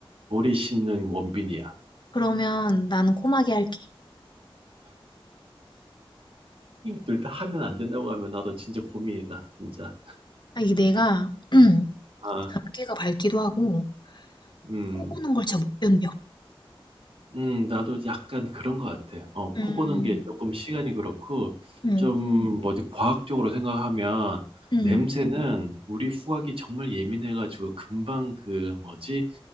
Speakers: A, on the right (about 70°); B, on the left (about 50°).
A: 머리 심는 원빈이야.
B: 그러면 나는 코마개 할게.
A: 둘 다 하면 안 된다고 하면 나도 진짜 고민이다, 진짜.
B: 아, 이게 내가 <clears throat>
A: 아,
B: 작게가 밝기도 하고
A: 음,
B: 코 고는 걸 잘 못 견뎌.
A: 음, 나도 약간 그런 것 같아. 어, 코
B: 음,
A: 고는 게 조금 시간이 그렇고,
B: 음,
A: 좀 뭐지, 과학적으로 생각하면,
B: 음,
A: 냄새는 우리 후각이 정말 예민해가지고 금방 그 뭐지,